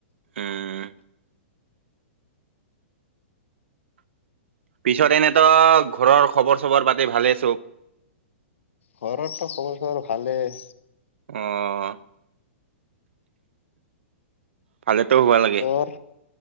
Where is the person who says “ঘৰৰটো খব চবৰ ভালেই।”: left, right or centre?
Left